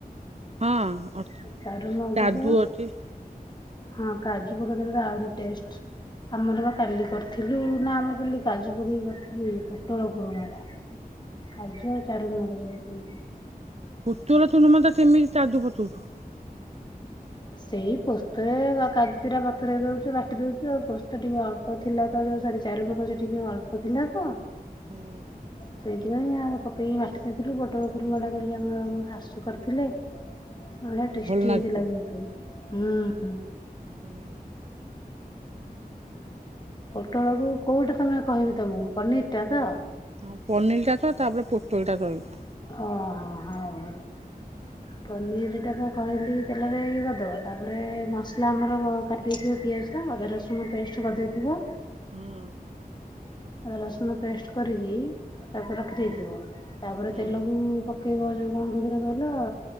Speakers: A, on the right (about 45°); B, on the left (about 30°).
A: ହଁ ଅ ଅଛି,
B: ଚାରୁ ମଗଜ
A: କାଜୁ ଅଛି।
B: ହଁ କାଜୁ ପକେଇ ଦେଲେ ଆହୁରି ଟେଷ୍ଟ। ଆମର ବା କାଲି କରିଥିଲୁ ନା ଆମର କାଲି କାଜୁ ପକେଇ କରିଥିଲୁ ପୋଟଳ କରୁମା ଟା। କାଜୁ ଆଉ ଚାରୁ ମଗଜ ପକେଇକି।
A: ପୋଟଳ କୁରୁମା ଟା କେମିତି ତାଦୁ ପତଉଛୁ?
B: ସେଇ ପୋସ୍ତରେ କାଜୁ ଦିଟା ବତୁରେଇ ଦଉଚୁ, ବାଟି ଦଉଚୁ ଆଉ ପୋସ୍ତ ଟିକେ ଅଳ୍ପ ଥିଲା ତ ଚାରୁ ମାଗଜ ଟିକେ ଅଳ୍ପ ଥିଲା ତ
A: ହୁଁ
B: ସେଇଥିପାଇଁ ଆଉ ପକେଇକି ବାଟି ଦେଇଥିଲି, ପୋଟଳ କୁରୁମା ଟା କାଲି ଆମର ଶାଶୁ କରିଥିଲେ ବଢ଼ିଆ ଟେଷ୍ଟି
A: ଭଲ ଲାଗୁଥିବ।
B: ହେଇଥିଲା କିନ୍ତୁ ହୁଁ।
A: ହଁ ଅଁ
B: ପୋଟଳକୁ କୋଉଟା ତମକୁ, କହିବି ତମକୁ, ପନିର ଟା ତ?
A: ଆଁ ପନିର ଟା ତ ତାପରେ ପୋଟଳ ଟା କହିବ।
B: ଓ ହୋ ହଁ ହଁ।
A: <unintelligible>
B: ପନିର ଟା ପା କହିଲି ତେଲରେ ଇଏ କରିଦବ, ତାପରେ ମସଲା ଆମର କରିଦେଇଥିବ ପିଆ ସେଇ ଅଦା ରସୁଣ ପେଷ୍ଟ କରିଦେଇଥିବ।
A: ହୁଁ।
B: ଆଉ ରସୁନ ପେଷ୍ଟ କରିଗି ତାକୁ ରଖିଦେଇଥିବ,
A: ହଁ।
B: ତାପରେ
A: ହଁ।
B: ତେଲକୁ ପକେଇବ ଯୋଉ କଣ କହୁଥିଲି କହିଲ?